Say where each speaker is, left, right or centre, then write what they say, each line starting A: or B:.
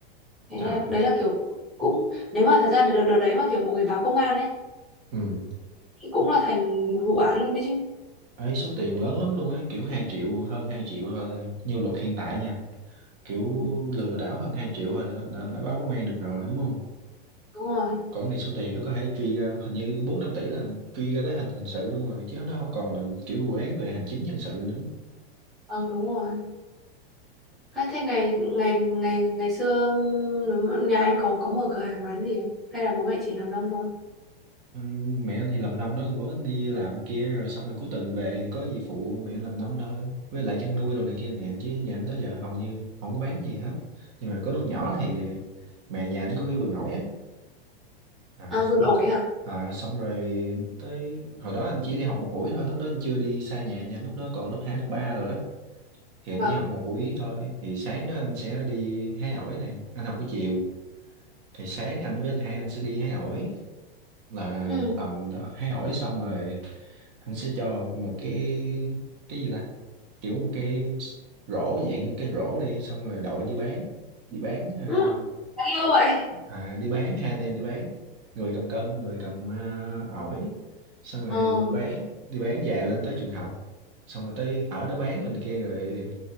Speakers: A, in the centre; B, on the right.
A: thế
B: trời
A: là đấy là kiểu cũng nếu mà thật ra đợt, đợt đấy mà kiểu mọi người báo công an ấy
B: ừ
A: cũng là thành một vụ án luôn đấy chứ
B: ấy số tiền lớn lắm luôn ấy kiểu hai triệu hơn 2 triệu thôi như luật hiện tại nha kiểu
A: Ừ,
B: lừa đảo hơn hai triệu thôi đã là, là báo công an được rồi đúng không
A: đúng rồi
B: còn cái này số tiền nó có thể truy ra hình như bốn năm tỷ là truy ra tới hình hình sự luôn rồi chứ nó không còn là kiểu vụ án về hành chính dân sự nữa
A: vâng đúng rồi Hay thế ngày ngày ngày ngày xưa ừm, nếu mà nhà anh có có mở cửa hàng bán gì không? Hay là bố mẹ chỉ làm nông thôi?
B: Ừ, mẹ anh thì làm nông đó bố anh đi làm kia rồi xong rồi cuối tuần về thì có gì phụ mẹ làm nông thôi với lại chăn nuôi đồ này kia nè chứ nhà anh tới giờ hầu như không có bán gì hết nhưng mà có lúc nhỏ thì mẹ nhà anh có cái vườn ổi á à,
A: À vườn ổi hả?
B: à, xong rồi tới hồi đó anh chỉ đi học một buổi thôi lúc đó anh chưa đi xa nhà nha lúc đó còn lớp 2, lớp 3 rồi đó thì anh
A: Vâng.
B: chỉ học một buổi thôi thì sáng đó anh sẽ đi hái ổi này anh học buổi chiều thì sáng anh với anh hai anh sẽ đi hái ổi là
A: Ừ.
B: tầm đó, hay hỏi xong rồi anh sẽ cho một cái cái gì ta kiểu một cái rổ dạng như một cái rổ đi xong rồi đội đi bán đi bán à,
A: Ừ, đáng yêu vậy.
B: à, đi bán hai anh em đi bán người cầm cân người cầm à, ổi xong
A: Ờ.
B: rồi đi bán đi bán về lên tới trường học xong rồi tới ở đó bán rồi này kia rồi